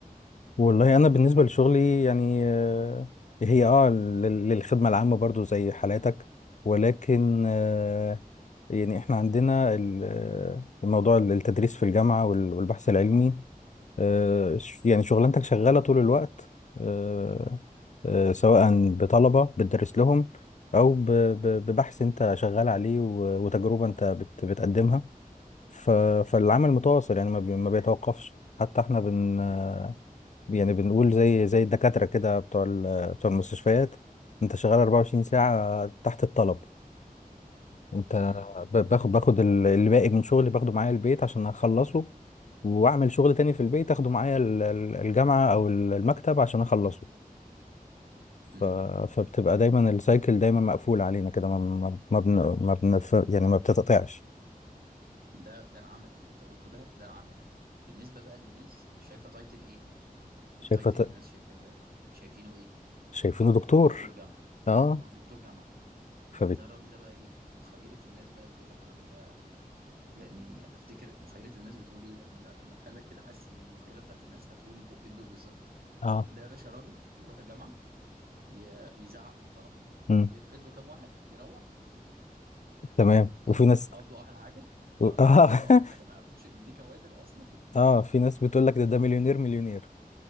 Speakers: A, on the left; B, on the right.
A: والله انا بالنسبه لشغلي يعني آه، هي اه لل- للخدمه العامه برضو زي حالاتك ولكن آه، يعني احنا عندنا ال- آه، الموضوع التدريس في الجامعه وال- والبحث العلمي آه، ش- يعني شغلانتك شغاله طول الوقت آه، آه، سواء بطلبه بتدرس لهم او ب- ب- ببحث انت شغال عليه و- وتجربه انت بت- بتقدمها ف- فالعمل متواصل يعني ما بي- ما بيتوقفش حتى احنا بن يعني بنقول زي زي الدكاترة كده بتوع ال- بتوع المستشفيات انت شغال 24 ساعة تحت الطلب انت
B: مم.
A: ب- باخد باخد ال- اللي باقي من شغلي باخده معايا البيت عشان اخلصه واعمل شغل تاني في البيت اخده معايا ال- ال- الجامعة او ال- المكتب عشان اخلصه ف...
B: مم.
A: فبتبقى دايما السايكل دايما مقفول علينا كده ما ما ما, بن... ما بن... ف- يعني ما بتتقطعش
B: ده ده العملي اللي انت قلته ده ده العملي بالنسبة بقى للناس شايفة تايتل ايه
A: شايفه
B: التايتل اللي الناس شايفاه ده شايفينه ايه
A: شايفينه دكتور
B: دكتور جامعة
A: اه
B: اه دكتور جامعة
A: فبت
B: فده الراجل ده بقى ايه مخيلة الناس بقى بتقول لك الراجل ده يعني افتكر مخيلة الناس بتقول ايه يعني انا انا حالا كده حاسس ان المخيلة بتاعت الناس هتقول بقين دول بالظبط
A: اه
B: ده يا باشا راجل بيروح الجامعة ي- يزعق في الطلبه
A: مم.
B: يرفد له كام واحد يروح شكرا
A: تمام وفي
B: قبضوا
A: ناس
B: قبضوا احلى حاجه
A: و-
B: اه فاهمني
A: اه
B: قبضوا
A: <laughs>
B: احلى حاجه ما يعرفوش ان دي كوادر اصلا <laughs>
A: اه في ناس بتقول لك ده
B: بس
A: ده مليونير مليونير